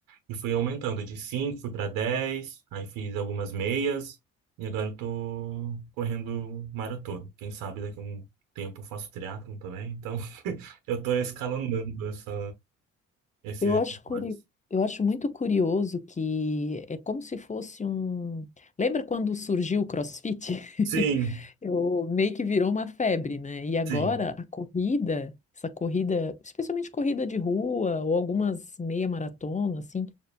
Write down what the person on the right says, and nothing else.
e fui aumentando de 5 fui para 10 aí fiz algumas meias e agora eu tô correndo maratona. Quem sabe daqui a um tempo eu faço triatlon também, então <laughs> eu tô escalonando essa, esses
esportes.
Sim,
sim,